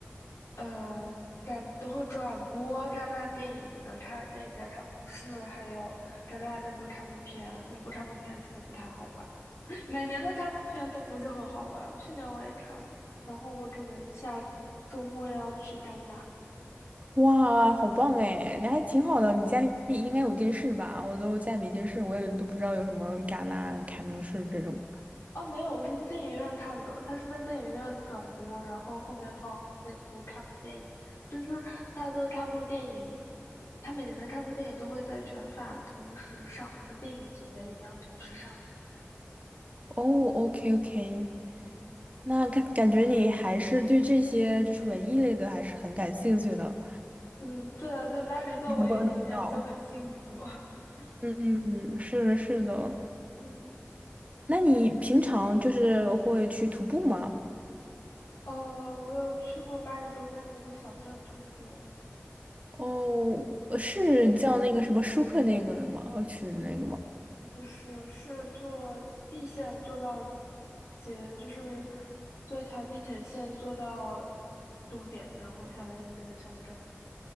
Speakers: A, on the left; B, on the right.
A: 呃，但都会转播戛纳电影的开电影节开幕式，还有戛纳那部开幕片，那部开幕片真的不太好玩。每年的这部片都不是很好玩，去年我也看了，然后我可能下周末要去戛纳。
B: 哇，好棒哎！那还挺好的。你家里应该有电视吧？我都家里没电视，我也都不知道有什么戛纳、开幕式这种。
A: 哦，没有，我是去电影院看的，他是在电影院转播，然后后面放那部开幕电影，就是它的开幕电影，他每年的开幕电影都会在全法同时上，和电影节一样同时上映。
B: 哦，OK OK，那感感觉你还是对这些就是文艺类的还是很感兴趣的，
A: 嗯，对啊，在巴黎做文艺青年就很幸福。
B: 非常关注到。
A: <laughs>
B: 嗯嗯嗯，是的，是的。
A: 嗯，
B: 那你平常就是会去徒步吗？
A: 呃，我有去过巴黎周边的一个小镇徒步，
B: 哦，呃是叫那个什么舒克那个的吗？呃群那个吗？
A: 不是，是坐 B 线坐到节，就是坐一条地铁线坐到终点，然后下来的那个小镇。